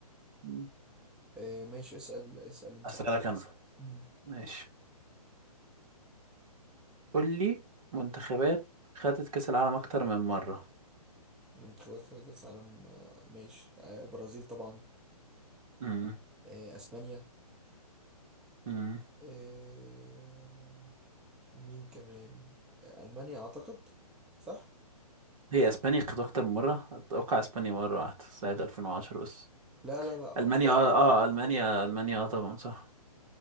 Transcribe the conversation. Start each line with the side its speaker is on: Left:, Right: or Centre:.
Right: مم.
Centre: آه ماشي اسال اسال انت
Right: اسالك
Centre: دول
Right: انا
Centre: مم.
Right: ماشي قول لي منتخبات خدت كاس العالم اكتر من مره
Centre: منتخبات خدت كاس عالم آه ماشي آه برازيل طبعا
Right: امم
Centre: آه، اسبانيا
Right: امم
Centre: آه، مين كمان آه، المانيا اعتقد صح
Right: هي اسبانيا خدت اكتر من مره اتوقع اسبانيا مره واحده سنه 2010 بس
Centre: لا لا لا اعتقد
Right: المانيا اه اه المانيا المانيا اه طبعا صح